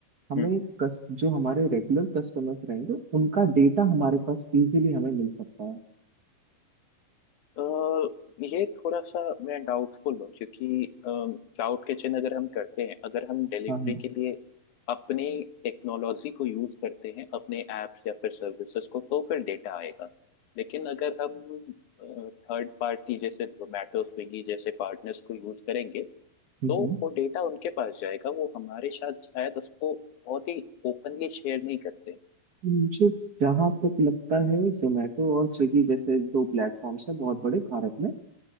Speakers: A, on the right; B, on the left.
A: हमें
B: हम्म।
A: कस, जो हमारे रेगुलर कस्टमर्स रहेंगे उनका डेटा हमारे पास इजीली हमें मिल सकता है
B: अ, ये थोड़ा सा मैं डाउटफुल हूँ क्योंकि क्लाउड किचन अगर हम करते हैं अगर हम डिलीवरी
A: हाँ हाँ
B: के लिए अपनी टेक्नोलॉजी को यूज करते हैं अपने एप्स या फिर सर्विसेज को तो फिर डेटा आएगा लेकिन अगर हम थर्ड पार्टी जैसे जोमेटो स्विगी जैसे पार्टनर्स को यूज करेंगे
A: हम्म
B: तो
A: हम्म।
B: वो डेटा उनके पास जाएगा वो हमारे साथ शायद उसको बहुत ही ओपनली शेयर नहीं करते
A: मुझे जहाँ तक लगता है जोमेटो और स्विगी जैसे दो प्लेटफॉर्म्स हैं बहुत बड़े भारत में